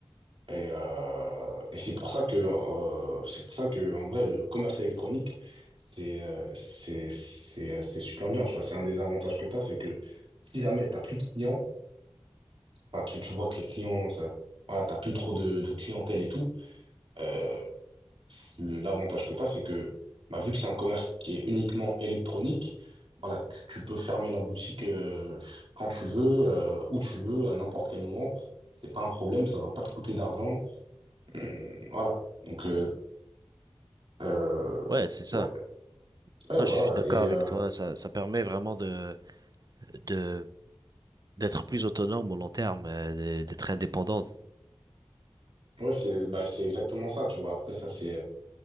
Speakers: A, on the right (about 70°); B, on the right (about 45°).
A: Et, euh, et c'est pour ça que, euh, c'est pour ça que, en vrai, le commerce électronique, c'est, euh, c'est, c'est, euh, c'est super bien. Tu vois, c'est un des avantages que t'as, c'est que si jamais t'as plus de clients, enfin, tu, tu vois que les clients, ça, voilà, t'as plus trop de, de clientèle et tout. euh, c'est- le- L'avantage que tu as, c'est que bah, vu que c'est un commerce qui est uniquement électronique, voilà, tu, tu peux fermer la boutique euh, quand tu veux, euh, où tu veux, à n'importe quel moment. C'est pas un problème, ça va pas te coûter d'argent. Hum, voilà. Donc euh, euh,
B: Ouais, c'est ça.
A: ouais, ouais,
B: Non,
A: voilà.
B: je suis d'accord
A: Et
B: avec
A: euh,
B: toi. Ça, ça permet vraiment de, de, d'être plus autonome au long terme, euh, d'être indépendant.
A: ouais, c'est bah, c'est exactement ça, tu vois. Après ça, c'est euh,